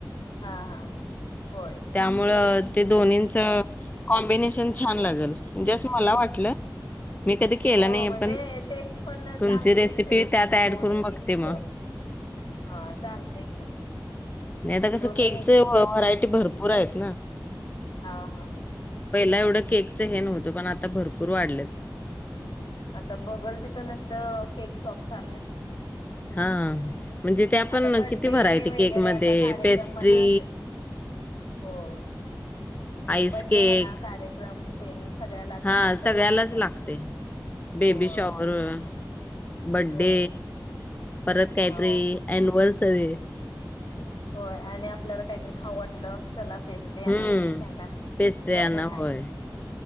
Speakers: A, on the left; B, on the left.
A: हा हा. होय
B: त्यामुळं ते दोन्हींच कॉम्बिनेश छान लागलं, म्हणजे असं मला वाटलं. मी कधी केलं
A: हो
B: नाही
A: म्हणजे
B: पण
A: टेस्ट पण
B: तुमची
A: चांगली
B: रेसिपी
A: त्याची
B: त्यात
A: दोन्ही
B: ऍड करून बघते
A: मिक्स.
B: मग
A: हा चालतंय की.
B: नाही आता कसं
A: दोन्ही
B: केकचं
A: मिक्स
B: व्ह व्हरायटी भरपूर हायेत.
A: हा हा.
B: पहिला एवढं केक ते हे नव्हत, पण आता भरपूर वाढलायत.
A: आता बघल तिथं नुसतं केक शॉप चाललेत.
B: हां म्हणजे ते आपण
A: आता बड्डे
B: किती व्हरायटी
A: वगैरे
B: केकमध्ये,
A: आता कार्यक्रम
B: पेस्ट्री
A: म्हणा होय.
B: आईस
A: बड्डे
B: केक
A: म्हणा, कार्यक्रम तेनच सगळ्याला आता
B: हा
A: केकच
B: सगळ्यालाच
A: आणायला चाललंय,
B: लागते बेबी
A: होय
B: शॉवर बर्थडे
A: होय
B: परत काहीतरी
A: आंव
B: अॅनिव्हर्सरी
A: होय आणि आपल्याला काहीतरी खाऊ वाटलं चला. पेस्ट्री
B: हम्म.
A: आणा, केक आणा,
B: पेस्ट्र्यांना
A: ते आणि हायचं.
B: होय.